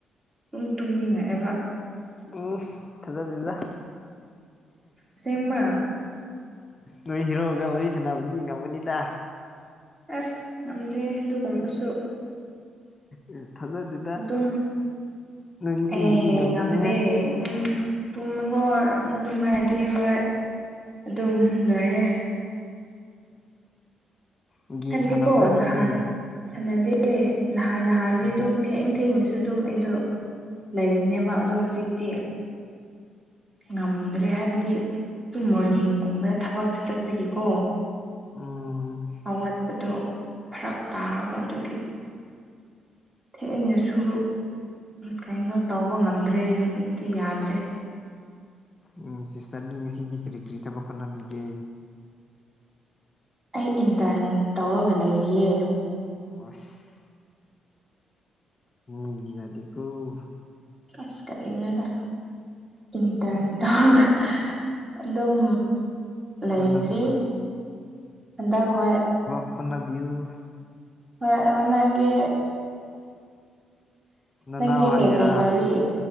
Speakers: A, on the right (about 20°); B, on the left (about 25°).
A: ꯑꯗꯨꯝ ꯇꯨꯝꯅꯤꯡꯉꯛꯑꯦꯕ
B: ꯎꯝ ꯊꯥꯖꯗꯦꯗ
A: ꯑꯁꯦꯡꯕ
B: ꯅꯣꯏ ꯍꯦꯔꫭꯒ ꯋꯥꯔꯤ ꯁꯥꯟꯅꯕꯗꯤ ꯉꯝꯒꯅꯤꯗ
A: ꯑꯁ ꯉꯝꯗꯦ ꯑꯗꯨꯒꯨꯝꯕꯁꯨ
B: ꯑꯦ ꯊꯥꯖꯗꯦ
A: ꯑꯗꯨꯝ
B: ꯅꯨꯄꯤꯁꯤꯡꯗꯤ
A: ꯑꯦꯍꯦ
B: ꯉꯝꯕꯅꯦꯍꯦ
A: ꯉꯝꯗꯦ ꯑꯗꯨꯝ ꯇꯨꯝꯃꯦꯀꫭ ꯑꯗꯨꯝ ꯍꯥꯏꯔꯗꯤ ꯍꯣꯏ ꯑꯗꯨꯝ ꯂꯣꯏꯔꯦ
B: ꯎꯝ ꯒꯦꯝ
A: ꯍꯥꯏꯕꯗꯤꯀꯣ
B: ꯁꯥꯟꯅꯕ꯭ꯔꯣ ꯅꯪꯗꯤ
A: ꯅꯍꯥꯟ ꯁꯥꯟꯅꯗꯦ ꯅꯍꯥꯟ ꯅꯍꯥꯟꯗꯤ
B: ꯎꯝ
A: ꯑꯗꯨꯝ ꯊꯦꯡ ꯊꯦꯡꯅꯁꯨ ꯑꯗꯨꯝ ꯑꯩꯗꯣ ꯂꯩꯕꯅꯦꯕ ꯑꯗꯣ ꯍꯧꯖꯤꯛꯇꯤ ꯉꯝꯗ꯭ꯔꯦ ꯍꯥꯏꯕꯗꯤ ꯇꯨ ꯃꯣꯔꯅꯤꯡꯒꯨꯝꯕꯗ ꯊꯕꯛꯁꯨ ꯆꯠꯄꯒꯤꯀꯣ
B: ꯎꯝ
A: ꯍꯧꯒꯠꯄꯗꯣ ꯐꯥꯔꯛ ꯇꯥꯕ ꯑꯗꯨꯒꯤ ꯊꯦꯡꯅꯁꯨ ꯀꯩꯅꯣ ꯇꯧꯕ ꯉꯝꯗ꯭ꯔꯦ ꯍꯧꯖꯤꯛꯇꯤ ꯌꯥꯗ꯭ꯔꯦ
B: ꯎꯝ ꯁꯤꯁꯇꯔꯗꯤ ꯉꯁꯤꯗꯤ ꯀꯔꯤ ꯀꯔꯤ ꯊꯕꯛ ꯍꯣꯠꯅꯕꯤꯒꯦ
A: ꯑꯩ ꯏꯟꯇ꯭ꯔꯟ ꯇꯧꯔꯒ ꯂꯩꯔꯤꯌꯦ
B: ꯑꫭꯁ ꯃꯤꯗꯤ ꯌꯥꯗꯦꯀꫭ
A: ꯑꯁ ꯀꯔꯤꯅꫭꯗ ꯏꯟꯇ꯭ꯔꯟ ꯇꯧꯔꯒ ꯑꯗꯨꯝ ꯂꯩꯔꯤ
B: ꯍꯣꯠꯅꯕꯤꯌꯨ
A: ꯍꯟꯗꯛ ꯍꯣꯏ
B: ꯍꫭꯠꯅꯕꯤꯌꯨ
A: ꯍꯣꯏ ꯍꫭꯠꯅꯒꯦ
B: ꯅꯅꯥꯎ
A: ꯅꯪꯗꯤ
B: ꯍꯥꯏꯒꯦꯔꯥ
A: ꯀꯩ ꯀꯩ ꯇꯧꯔꯤ